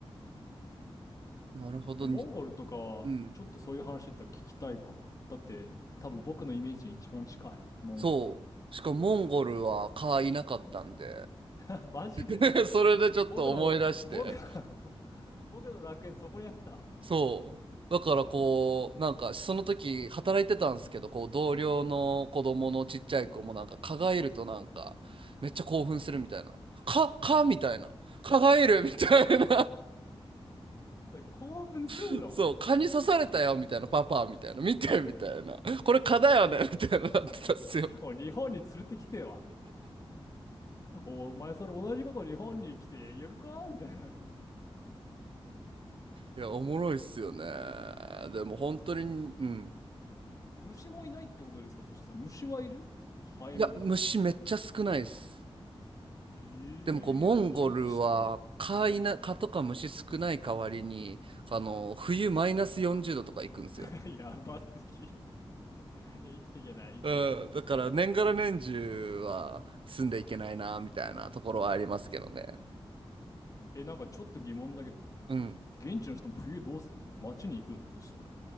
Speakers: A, on the right; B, on the left.
A: なるほどに
B: でモンゴルとかは、
A: うん
B: ちょっとそういう話だったら聞きたいかも。だって、多分僕のイメージに一番近い、モンゴル。
A: そうしかもモンゴルは蚊いなかったんで
B: <laughs> マジで
A: <laughs> それでちょっと思い出して
B: 僕の、僕、<laughs> 僕の楽園そこにあった。
A: そう。だからこう、なんかその時働いてたんですけど、こう同僚の子供のちっちゃい子もなんか蚊がいるとなんかめっちゃ興奮するみたいな。蚊、蚊みたいな。蚊がいるみたいな。
B: それ興奮すんの
A: <laughs> そう、蚊に刺されたよみたいな。パパみたいな。見てみたいな。これ蚊だよねみたいななってたっすよ。
B: おい、日本に連れてきては。お、お前それ同じこと日本に来てやるかみたいな。
A: いや、おもろいっすよね。でも本当に、
B: え、
A: うん。
B: 虫もいないってことですかそしたら虫はいるハエみたいな。
A: いや、虫めっちゃ少ないっす。
B: えー、
A: でもこうモンゴルは蚊いな、
B: 初めて知った。
A: 蚊とか虫少ない代わりにあの冬マイナス40度とか行くんですよ。
B: <laughs> やばすぎ。いや、生きていけない、生きていけない。
A: うん、だから年がら年中は住んでいけないなみたいなところはありますけどね。
B: え、なんかちょっと疑問だけど、
A: うん。
B: 現地の人も冬どうすんの街に行くのそしたら。